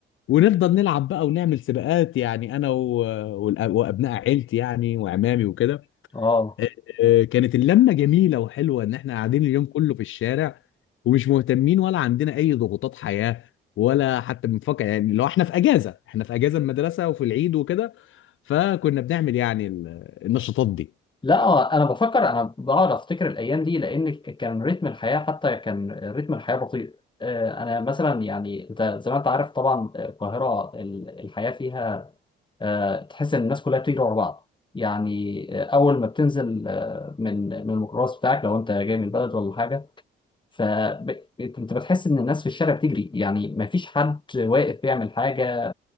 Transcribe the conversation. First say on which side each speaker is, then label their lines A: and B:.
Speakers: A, on the left; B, on the left.
A: ونفضل نلعب بقى ونعمل سباقات يعني انا و... والأ- وابناء عيلتي يعني وعمامي وكده
B: اه
A: آه، آه، كانت اللمه جميله وحلوه ان احنا قاعدين اليوم كله في الشارع ومش مهتمين ولا عندنا اي ضغوطات حياه ولا حتى بنفكر يعني لو احنا في اجازه احنا في اجازه المدرسه وفي العيد وكده فكنا بنعمل يعني ال- النشاطات دي
B: لا هو انا بفكر انا بقعد افتكر الايام دي لان ك- كان رتم الحياه حتى كان رتم الحياه بطيء آه، انا مثلا يعني انت زي ما انت عارف طبعا آه، القاهره ال- الحياه فيها آه، تحس ان الناس كلها بتجري ورا بعض يعني آه، اول ما بتنزل آه، من من الميكروباص بتاعك لو انت جاي من البلد ولا حاجه فانت بتحس ان الناس في الشارع بتجري يعني ما فيش حد واقف بيعمل حاجه